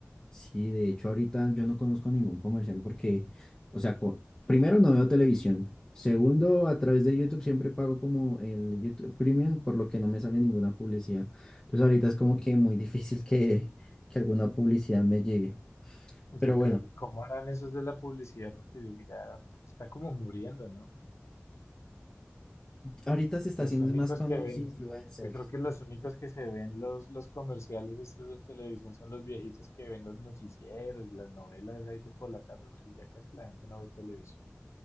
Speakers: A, on the left; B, on the left.
A: Sí, de hecho ahorita yo no conozco ningún comercial porque, o sea, co- primero no veo televisión, segundo a través de YouTube siempre pago como el YouTube Premium por lo que no me sale ninguna publicidad. Entonces ahorita es como que muy <laughs> difícil que, que alguna publicidad me llegue. Pero
B: Yo creo,
A: bueno,
B: ¿cómo harán esos de la publicidad? Porque yo- ya está como muriendo, ¿no?
A: ahorita se está
B: Los
A: haciendo
B: únicos
A: es más con
B: que
A: los
B: ven,
A: influencers.
B: yo creo que los únicos que se ven los, los comerciales estos de televisión son los viejitos que ven los noticieros y las novelas ahí de por la tarde, porque ya casi la gente no ve televisión.